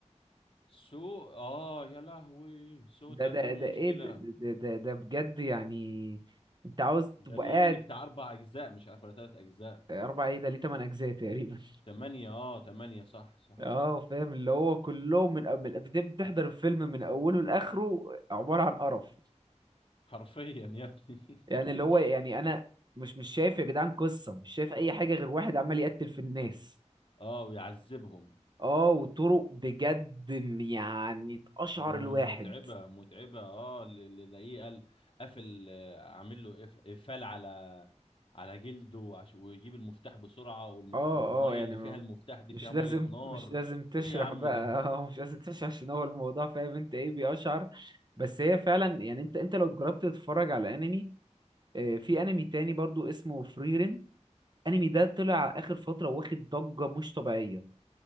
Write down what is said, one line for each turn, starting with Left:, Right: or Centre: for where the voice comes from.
Left: سو اه يا لهوي سو
Right: ده
Left: ده
Right: ده
Left: كان
Right: ده
Left: مشكلة
Right: ايه ده ده, ده, ده بجد يعني انت عاوز
Left: ده
Right: تبقى
Left: ليه
Right: قاعد
Left: بتاع أربع أجزاء مش عارف ولا تلات أجزاء
Right: اربع ايه ده ليه تمن اجزاء تقريبا
Left: تمانية اه تمانية صح صح
Right: اه فاهم اللي هو كلهم من أول بتحضر الفيلم من اوله لاخره عباره عن قرف
Left: <laughs> حرفيا يا ابني
Right: يعني
Left: <laughs>
Right: اللي هو يعني انا مش مش شايف يا جدعان قصه مش شايف اي حاجه غير واحد عمال يقتل في الناس
Left: اه ويعذبهم
Right: اه وطرق بجد م- يعني تقشعر
Left: متعبة
Right: الواحد
Left: متعبة اه اللي لاقيه قال قافل آه، عامل له إف- إقفال على على جلده وعش- ويجيب المفتاح بسرعة والمف...
Right: اه
Left: والمية
Right: اه يعني
Left: اللي فيها
Right: ما
Left: المفتاح دي
Right: مش
Left: فيها
Right: لازم
Left: مية نار
Right: مش لازم تشرح
Left: ايه يا عم
Right: بقى
Left: ده
Right: <laughs> اه مش لازم تشرح عشان هو الموضوع فاهم انت ايه بيقشعر بس هي فعلا يعني انت انت لو جربت تتفرج على انمي آه، في انمي تاني برضو اسمه فريرين الانمي ده طلع اخر فتره واخد ضجه مش طبيعيه